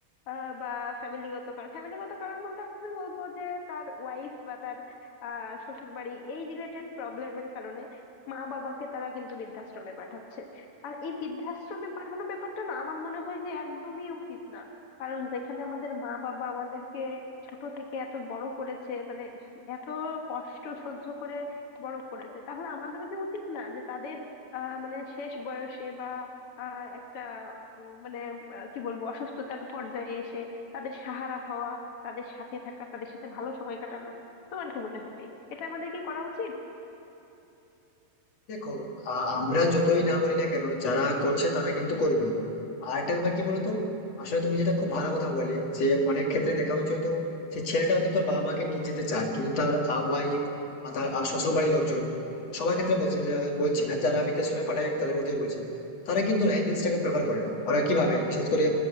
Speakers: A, on the left (about 60°); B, on the left (about 45°).
A: আহ, বা ফ্যামিলিগত কারণ ফ্যামিলিগত কারণ বলতে আমি বলবো যে তার ওয়াইফ বা তার আহ শ্বশুর বাড়ি এই রিলেটেড প্রবলেমের কারণে মা বাবাকে তারা কিন্তু বৃদ্ধাশ্রমে পাঠাচ্ছে আর এই বৃদ্ধাশ্রমে পাঠানোর ব্যাপারটা না আমার মনে হয় যে একদমই উচিত না কারণ যেখানে আমাদের মা বাবা আমাদেরকে ছোট থেকে এত বড় করেছে মানে এত কষ্ট সহ্য করে বড় করেছে তাহলে আমাদেরও কি উচিত না যে তাদের আহ মানে শেষ বয়সে বা আহ একটা উম, মানে আহ, কি বলবো অসুস্থতার পর্যায়ে এসে তাদের সাহারা হওয়া তাদের সাথে থাকা তাদের সাথে ভালো সময় কাটানো তোমার কি মনে হয় এটা আমাদের কি করা উচিত
B: দেখো আ- আমরা যতই না বলি না কেন যারা করছে তারা কিন্তু করবেই আর একটা ব্যাপার কি বলতো আসলে তুমি যেটা খুব ভালো কথা বলে যে অনেক ক্ষেত্রে দেখা হচ্ছে তো সেই ছেলেটা হয়তো তোর বাবা মাকে নিয়ে যেতে চায় কিন্তু তার ওয়াইফ বা তার আ, শ্বশুর বাড়ির লোকজন সবার ক্ষেত্রে বলছি না বলছি না যারা বিদেশ সময় পাঠায় আমি তাদের কথাই বলছি তারা কিন্তু না এই জিনিসটাকে প্রেফার করে না ওরা কি ভাবে বিশেষ করে